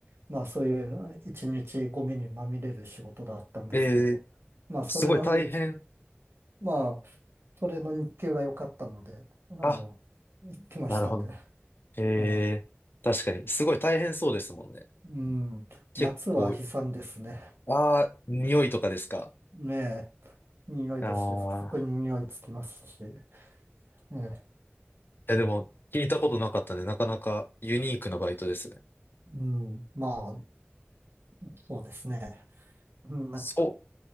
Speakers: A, on the right; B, on the left.
A: まあ、そういう一日ゴミにまみれる仕事だったんですけど、
B: ええ、
A: まあ、それのに、
B: すごい大変
A: まあ、それの日給が良かったので、あの、
B: あ、
A: 行きましたね。
B: なるほど。え
A: ええ、
B: え、確かに。すごい大変そうですもんね。
A: うん、
B: 結構、
A: 夏は悲惨ですね。
B: ああ、匂いとかですか
A: ねえ、匂いですし、
B: ああー。
A: 服服に匂いつきますし。ええ、
B: いや、でも、聞いたことなかったね。なかなかユニークなバイトですね。
A: うん、まあ、そうですね。うん、な、
B: そう、